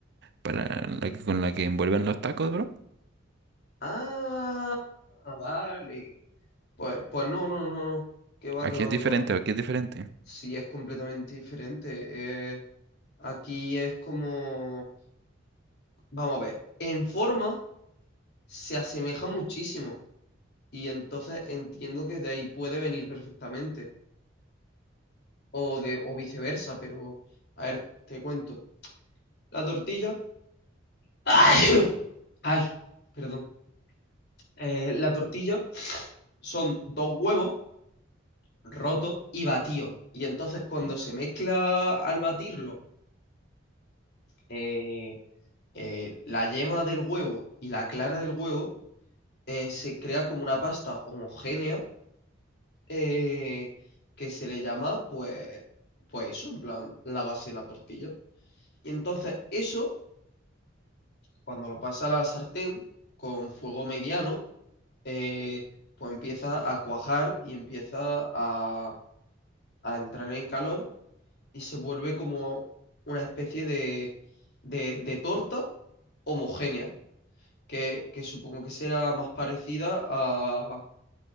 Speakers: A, on the right; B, on the left.
A: para la que con la que envuelven los tacos, bro.
B: Ah, vale. Pues, pues no, no, no, no. Que va,
A: Aquí
B: que va,
A: es diferente,
B: que va.
A: aquí es diferente.
B: Sí, es completamente diferente. Eh, Aquí es como, vamos a ver, en forma se asemeja muchísimo y entonces entiendo que de ahí puede venir perfectamente o de o viceversa, pero a ver, te cuento. La tortilla, ¡ay! <coughs> Ay, perdón. Eh, la tortilla son dos huevos rotos y batidos y entonces cuando se mezcla al batirlo eh, eh, la yema del huevo y la clara del huevo eh, se crea como una pasta homogénea eh, que se le llama, pues, pues eso, en plan, la base de la tortilla. Y entonces eso, cuando lo pasa a la sartén con fuego mediano, eh, pues empieza a cuajar y empieza a, a entrar en calor y se vuelve como una especie de, de, de torta homogénea, que, que supongo que será más parecida a,